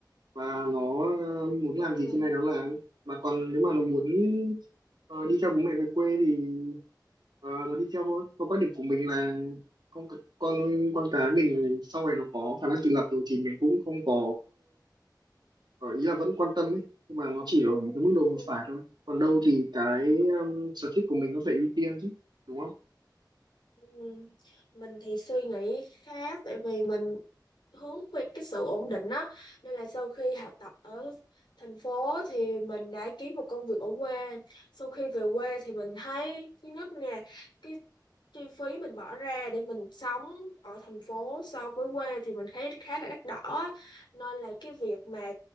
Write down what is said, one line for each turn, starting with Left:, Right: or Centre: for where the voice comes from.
Right: và nó ờ,
Left: Ừ.
Right: muốn làm gì trên này nó làm. Mà còn nếu mà nó muốn ờ, đi theo bố mẹ về quê thì ờ, nó đi theo thôi còn quan điểm của mình là con con con cái mình sau này nó có khả năng tự lập rồi thì mình cũng không có ờ, ý là vẫn quan tâm ấy nhưng mà nó chỉ ở một cái mức độ
Left: Ừ.
Right: vừa phải thôi còn đâu thì cái
Left: Ok.
Right: um, sở thích của mình nó phải ưu tiên chứ đúng không
Left: Ừ. Mình thì suy nghĩ khác tại vì mình hướng về cái sự ổn định đó nên là sau khi học tập ở thành phố thì mình đã kiếm một công việc ở quê sau khi về quê thì mình thấy thứ nhất nè cái chi phí mình bỏ ra để mình sống ở thành phố so với quê thì mình thấy khá là đắt đỏ nên là cái việc mà